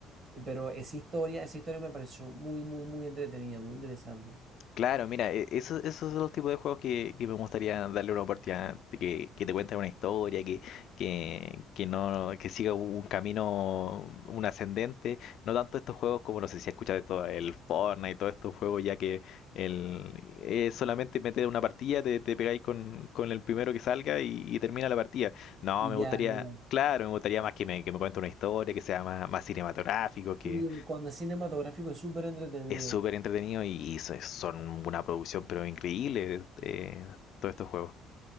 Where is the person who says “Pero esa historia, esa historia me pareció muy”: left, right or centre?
Right